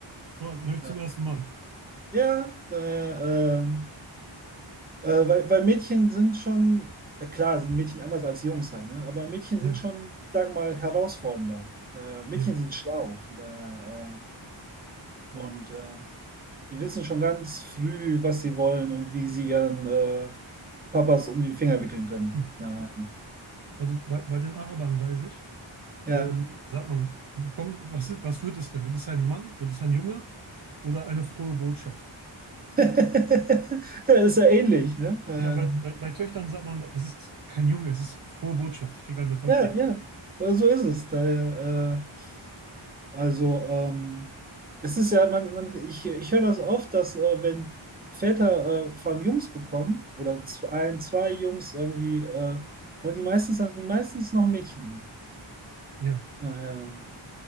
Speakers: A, on the right (about 50°); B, on the right (about 20°).
A: Boah, höre ich
B: Ja,
A: zum ersten Mal.
B: ja da, äh, äh, weil, weil Mädchen sind schon, äh, klar, sind Mädchen anders als Jungs halt, ne? Aber Mädchen
A: Ja,
B: sind schon, ich sag mal, herausfordernder. Äh, Mädchen
A: ja.
B: sind schlau. Da, äh, und äh, die wissen schon ganz früh, was sie wollen und wie sie ihren äh, Papas um den Finger wickeln können.
A: Hm.
B: Na,
A: Also bei, bei den Arabern weiß ich,
B: ja.
A: ähm, sagt man, komm, was ist, was wird es denn? Wird es ein Mann? Wird es ein Junge? Oder eine frohe Botschaft?
B: <laughs> Ja, ist ja ähnlich, ne? Da,
A: Ja, bei, bei, bei Töchtern sagt man, es ist kein Junge, es ist frohe Botschaft, ich kriege eine Tochter.
B: ja, ja, so ist es. Daher, äh, also, ähm, es ist ja, man, man, ich, ich höre das oft, dass äh, wenn Väter äh, vor allem Jungs bekommen oder z- ein, zwei Jungs irgendwie, äh, wollen die meistens dann meistens noch ein Mädchen haben.
A: Ja,
B: Daher,